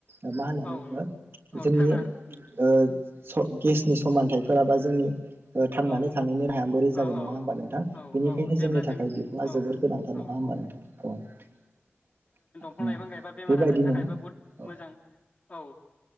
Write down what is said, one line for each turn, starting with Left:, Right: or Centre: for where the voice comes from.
Right: ओ मा होनानै
Left: औ
Right: बुङो
Left: औ
Right: जोंनि
Left: थांना
Right: ओ स' गेसनि समानथाय फोराबा जोंनि थांनानै
Left: ओ
Right: थानायनि राहाया बोरै
Left: औ
Right: जागोन नङा होनबा नोंथां
Left: औ
Right: बेनिखायनो
Left: औ जेब्ला
Right: जोंनि थाखाय
Left: जों
Right: बिफाङा
Left: औ
Right: जोबोर गोनांथार
Left: औ
Right: नङा होनबा नोंथां। औ
Left: बिफां
Right: उम
Left: लाइफां गायबा बेमार
Right: बेबायदिनो
Left: आजारनि थाखायबो बहुद
Right: औ
Left: मोजां औ